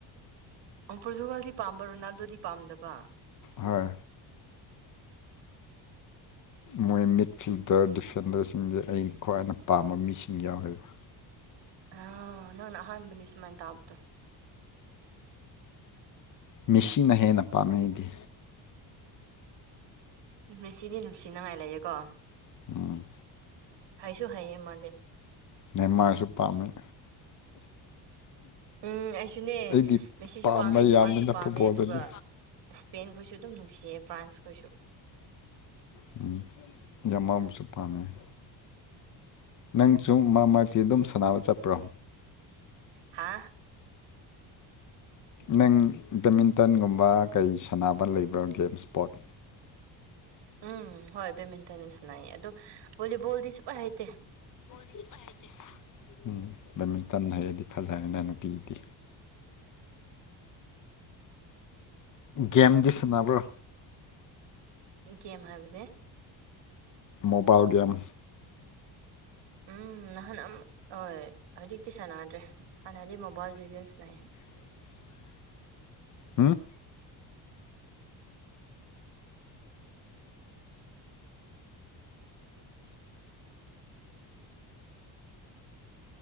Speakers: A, on the right; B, on the left.
A: ꯄꯣꯔꯇꯨꯒꯥꯜꯗꯤ ꯄꯥꯝꯕ ꯔꯣꯅꯥꯜꯗꯣꯗꯤ ꯄꯥꯝꯗꯕ
B: ꯍꯣꯏ ꯃꯣꯏ ꯃꯤꯠ ꯐꯤꯜꯗꯔ ꯗꯤꯐꯦꯟꯗꯔꯁꯤꯡꯁꯦ ꯑꯩ ꯈ꯭ꯋꯥꯏꯅ ꯄꯥꯝꯕ ꯃꯤꯁꯤꯡ ꯌꯥꯎꯋꯦꯕ
A: ꯑ ꯅꯥꯟ ꯑꯍꯥꯟꯕꯅꯤ ꯁꯨꯃꯥꯏ ꯇ ꯍꯥꯕꯇꯣ
B: ꯃꯤꯦꯁꯤꯅ ꯍꯦꯟꯅ ꯄꯥꯝꯅꯩꯗꯤ
A: ꯎꯝ ꯉꯁꯤꯗꯤ ꯅꯨꯡꯁꯤꯅꯉꯥꯏ ꯂꯩꯌꯦꯦꯀꯣ
B: ꯎꯝ
A: ꯍꯥꯏꯁꯨ ꯍꯥꯏꯌꯦ ꯃꯥꯗꯤ <unintelligible>
B: ꯅꯦꯝꯃꯥꯔꯁꯨ ꯄꯥꯝꯃꯦ
A: ꯎꯝ ꯑꯩꯁꯨꯅꯦ
B: ꯑꯩꯗꯤ
A: ꯃꯦꯁꯤꯁꯨ
B: ꯄꯥꯝꯕ
A: ꯄꯥꯝꯃꯦ ꯅꯦꯟꯃꯥꯔꯁꯨ
B: ꯌꯥꯝꯃꯤꯅ
A: ꯄꯥꯝꯃꯦ
B: ꯐꯨꯠꯕꯣꯜꯗꯗꯤ
A: ꯑꯗꯨꯒ ꯏꯁꯄꯦꯟꯁꯨ ꯁꯨ ꯑꯗꯨꯝ ꯅꯨꯡꯁꯤꯌꯦ ꯐ꯭ꯔꯥꯟꯁ ꯈꯁꯨ
B: ꯕꯨ ꯆꯐꯥꯟꯅꯦꯅꯦ ꯅꯪꯁꯨ
A: ꯎꯝ
B: ꯃꯥ ꯃꯥꯛꯇꯤ ꯑꯗꯨꯝ ꯁꯥꯟꯅꯕ ꯆꯠꯄ꯭ꯔꯣ
A: ꯍꯥ
B: ꯅꯪ ꯕꯦꯠꯃꯤꯟꯇꯟꯒꯨꯝꯕ ꯀꯩ ꯁꯥꯟꯅꯕ ꯂꯩꯕ꯭ꯔꯥ ꯒꯦꯝ ꯏꯁꯄꯣꯠ
A: ꯎꯝ ꯍꯣꯏ ꯕꯦꯠꯃꯤꯟꯇꯟꯁꯤꯅꯌꯦ ꯑꯗꯣ ꯕꯣꯂꯤꯕꯣꯜꯗꯤ ꯁꯨꯄꯥꯏ ꯍꯩꯇꯦ
B: <unintelligible> ꯎꯝ ꯕꯦꯠꯃꯤꯟꯇꯟ ꯍꯥꯏꯔꯗꯤ ꯐꯖꯔꯅ ꯅꯨꯄꯤꯗꯤ ꯒꯦꯝꯒꯤ ꯁꯥꯟꯅꯕ꯭ꯔꯣ
A: ꯏ ꯀꯦꯝ ꯍꯥꯏꯕꯅꯦ
B: ꯃꯣꯕꯥꯏꯜ ꯦꯝ
A: ꯎꯝ ꯅꯍꯥꯟ ꯍꯣꯏ ꯍꯧꯖꯤꯛꯇꯤ ꯁꯥꯟꯅꯗ꯭ꯔꯦ ꯍꯥꯟꯅꯗꯤ ꯃꯣꯕꯥꯏꯜ ꯗꯤꯖꯦꯟꯁꯅꯌꯦ
B: <unintelligible> ꯎꯝ
A: <unintelligible>